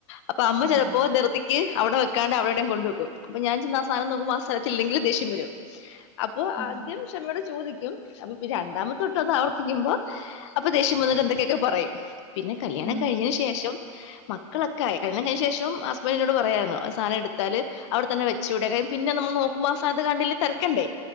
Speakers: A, on the left; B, in the centre.
A: അപ്പൊ അമ്മ
B: ആഹ്
A: ചിലപ്പോ തൃ തി എ അവിടെ വെക്കാണ്ട് അവടെടയും ക് കൊു വക്കും അപ്പൊ ഞാൻ ചെന്നാ ആ സാനം നോക്കുമ്പോ സ്ഥല ഇല്ലങ്ക ദേഷ്യം വരും അപ്പോൊ
B: ഉം
A: ആദ്യം ക്ഷമേടെ ചോദിക്കും അപ്പൊ രണ്ടാമത്തെൊട്ട ഒന്ന് ആവർത്തിക്കുമ്പോ അപ്പൊ ദേഷ്യം വന്നിട്ട് എന്തൊക്കെയൊക്കെ പറയും പിന്നെ കല്യാണം
B: ഉം
A: കഴിഞ്ഞന് ശേഷം മക്കളൊക്കെ ആയി കല്ലിയണം കഴിഞ്ഞ ശേഷം ഹസ്ബൻഡിനോട് പറയമായിരുന്നു ആ സാധനം എടുത്താല് അവിടെ തന്നെവെ ച്ചുൂട ക പിന്നെ നമ്മ നോക്ക്പോ ആ സതാ ന ത്ത് കണ്ടല്ല തിര ക്കണ്ടേ